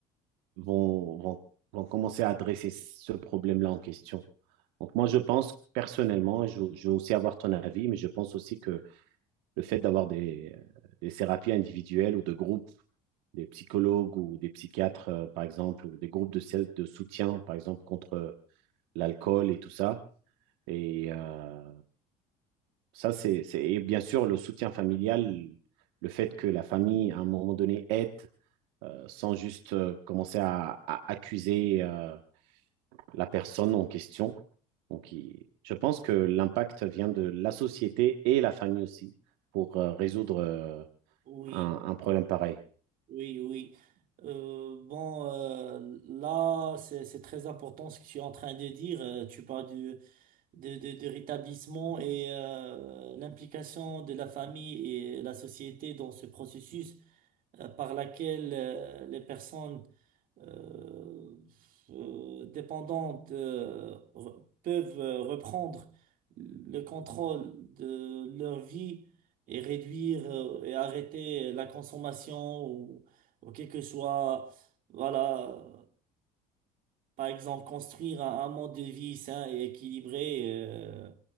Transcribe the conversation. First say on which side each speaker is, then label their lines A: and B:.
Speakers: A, on the right (about 80°); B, on the right (about 55°).
A: vont, vont, vont commencer à adresser ce problème-là en question. Donc moi, je pense personnellement, et je, je veux aussi avoir ton avis, mais je pense aussi que le fait d'avoir des, des thérapies individuelles ou de groupes des psychologues ou des psychiatres, euh, par exemple, ou des groupes de, de soutien, par exemple, contre euh, l'alcool et tout ça. Et euh, ça, c'est, c'est, et bien sûr, le soutien familial, le fait que la famille, à un moment donné, aide euh, sans juste euh, commencer à, à accuser euh, la personne en question. Donc, il- je pense que l'impact vient de la société et la famille aussi pour euh, résoudre euh,
B: Oui,
A: un, un problème pareil.
B: oui, oui. Euh, bon, euh, là, c'est, c'est très important ce que tu es en train de dire. Euh, tu parles du- de, de, de rétablissement et euh, l'implication de la famille et la société dans ce processus euh, par laquelle euh, les personnes euh, euh, dépendants de- re- peuvent euh, reprendre le contrôle de leur vie et réduire euh, et arrêter la consommation ou, ou quel que soit, voilà, par exemple, construire un, un mode de vie sain et équilibré euh,